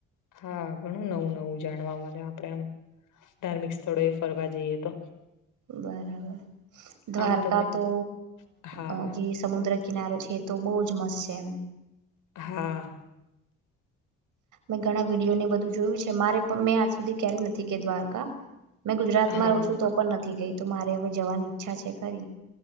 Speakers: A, on the left; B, on the right.
A: હા ઘણું નવું નવું જાણવા મળે આપડે આમ. ધાર્મિક સ્થળો એ ફરવા જઈએ તો.
B: બરાબર દ્વારકા
A: આમ તમે
B: તો
A: હા
B: અ જે સમુદ્ર કિનારો છે એ તો બહુજ મસ્ત છે એમ.
A: હા.
B: મેં ઘણા વિડીયોને બધું જોયું છે મારે પણ મેં આજ સુધી ક્યારેય નથી કે દ્વારકા. મેં ગુજરાતમાં
A: હા
B: રહું છું તો પણ નથી ગઈ તું મારે હવે જવાની ઈચ્છા છે ખરી